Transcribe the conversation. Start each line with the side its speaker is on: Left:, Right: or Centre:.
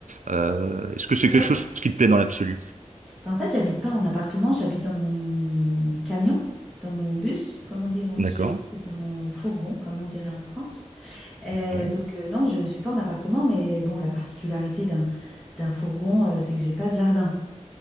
Right: Euh, est-ce que c'est quelque
Centre: Ouais,
Right: chose qui te plaît dans l'absolu?
Centre: Ben, en fait, j'habite pas en appartement, j'habite dans mon camion, dans mon bus, comme on dirait en
Right: D'accord.
Centre: Suisse, et dans mon fourgon, comme on dirait en France. Euh,
Right: Ouais,
Centre: donc, euh, non, je suis pas en appartement, mais bon, la particularité d'un d'un fourgon, euh, c'est que j'ai pas de jardin.